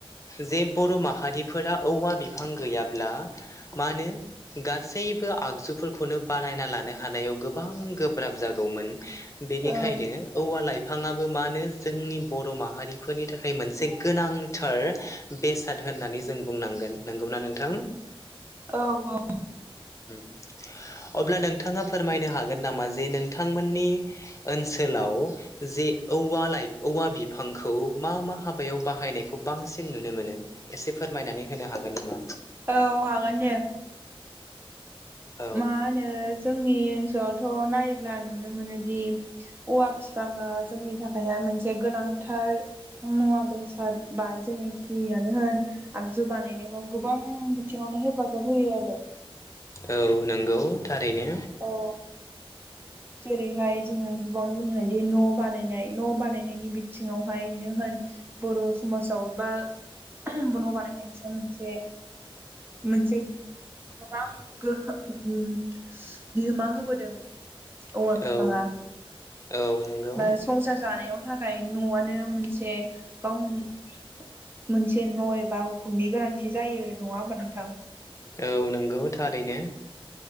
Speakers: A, on the left; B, on the right.
A: जे बर' माहारिफोरा औवा बिफां गैयाब्ला मा नो गासै बो आगजुफोरखौनो बानायना लानो हानायाव गोबां गोब्राब जागौमोन बेनिखायनो
B: ओं
A: औवा लाइ फांङाबो मा नो जोंनि बर' माहारिफोरनि थाखाय मोनसे गोनांथार बेसाद होननानै जों बुंनांगोन नंगौना नोंथां
B: औ औ
A: उम अब्ला नोंथाङा फोरमायनो हागोन नामा जे नोंथांमोननि ओनसोलाव जे औवा लाइ औवा बिफांखौ मा मा हाबायाव बाहायनायखौ बांसिन नुनो मोनो एसे फोरमायनानै होनो हागोन नामा
B: औ हागोन दे।
A: औ
B: मा होनो जोंनि <unintelligible> थ' नायोब्ला नुनो मोनोदि औवा बिफाङा जोंनि थाखायहाय मोनसे गोनांथार मुवा बेसाद बा जेनेखियानो होन आगजु बानायनायाव गोबां बिथिङाव नो हेफाजाब होयो आरो
A: औ नोंगौ थारैनो
B: औ जेरैहाय जोङो गिबावनो बुंनो हायोदि न' बानायनाय न' बानायनायनि बिथिङावहायनो होन बर' समाजाव बा न' <unintelligible> मोनसे मोनसे गोबां गोहोम बिहोमा होबोदों औवा फिफाङा
A: औ औ नंगौ
B: बा संसार जानायाव था खाय न'आनो मोनसे गाव मोनसे न' एबा उखुमनि गोनांथि जायो नङा होमबा नोंथां
A: औ नोंगौ थारैनो